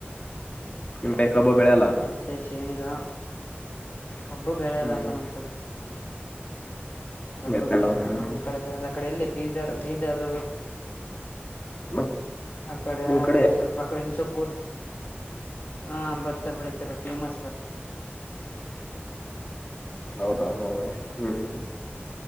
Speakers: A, on the left; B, on the left.
A: ನಿಮ್ ಕೈ ಕಬ್ಬು ಬೆಳೆಯಲ್ಲ
B: ಮತ್ತೆ ಶೇಂಗಾ ಕಬ್ಬು ಬೆಳೆದಪ್ಪ
A: ಹ್ಮ್
B: ನಮ್ ಕಡೆ ಕಬ್ಬ
A: ಬೆಳೆಯಲ್ಲ
B: ಬೆಳೆಲ್ಲ
A: ಹ್ಮ್
B: ನಮ್ಮ್
A: ಹ್ಮ್
B: ಕಡೆ ಬೆಳೆಲ್ಲ ಕಡೆ ಎಲ್ಲಿ ಬೀದರ್ ಬೀದರ್
A: ಮತ್
B: ಆಕಡ
A: ನಿಮ್ ಕಡೆ
B: ಸರ್ಪಕಡಿ ನಿ ಸಪೂರ ಹಾ ಭತ್ತ ಬೆಳಿತರು ಫೇಮಸ್ ಭತ್ತ
A: ಹೌದಾ ಹ ಹಾ ಹ್ಮ್ ಹ್ಮ್